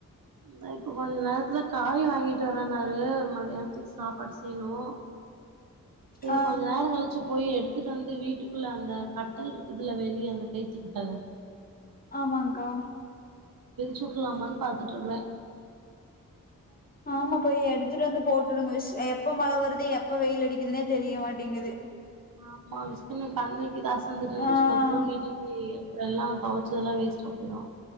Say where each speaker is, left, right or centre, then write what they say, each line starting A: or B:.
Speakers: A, on the right; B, on the left.
A: தோ இப்ப கொஞ்ச நேரத்துல காய் வாங் கிட்டு வரனாரு மதியானத்துக்கு சாப்பாடு செய்யணு சேரி
B: ஆ
A: கொஞ்ச நேரோ கழிச்சுப் போய் எடுத்துட்டு வந்து வீட்டுக்குள்ள அந்த கட்டல்ருக்குதுல வெளிய அந்த கைத்து கட்டலு
B: ஆமாங்கா
A: சுட்டுலாமான்னு பாத்துட்ருக்குறே
B: ஆமா போய் எடுத்துட்டு வந்து போட்டுடுங்க விஸ் அ எப்போ மழ வ ருது எப்ப வெயில் அடிக்குதுனே தெரிய மாட்டீங்குது
A: ஆமா விஸ்க்குன்னு கண்ணு இது அசந்துடுட்டுன்னு வெச்சிக்கோ
B: ஆ
A: தூங்கிட்டுன்னு வெய் இதெல்லா தொவச்சதெல்லா வேஸ்டா போயிரூ